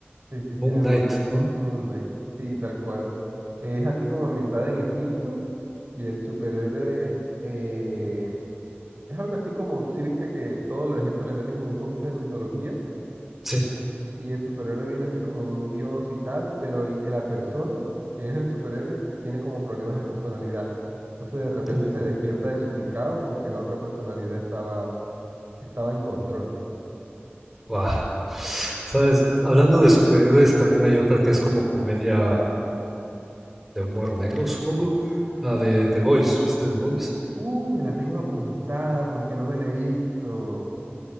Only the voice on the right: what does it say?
Sí, sí, se
llama
Moon Knight. Sí, tal cual. Es así como ambientada en Egipto y el superhéroe eh, es algo así como, si viste que todo lo de Egipto le meten como un poquito de mitología
y el superhéroe viene así como de un dios y tal, pero el- la persona que es el superhéroe tiene como problemas de personalidad. Entonces de repente
se despierta desubicado porque la otra personalidad estaba, estaba en control.
Uy, me la tengo apuntada porque no me la he visto.